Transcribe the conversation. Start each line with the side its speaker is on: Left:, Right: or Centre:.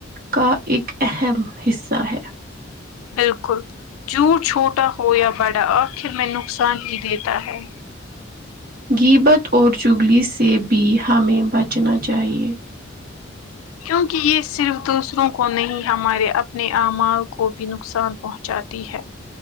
Right: کا ایک اہم حصہ ہے
Left: بالکل جھوٹ چھوٹا ہو یا بڑا آخر میں نقصان ہی دیتا ہے
Right: غیبت اور چگلی سے بھی ہمیں بچنا چاہیے
Left: کیونکہ یہ صرف دوسروں کو نہیں ہمارے اپنے اعمال کو بھی نقصان پہنچاتی ہے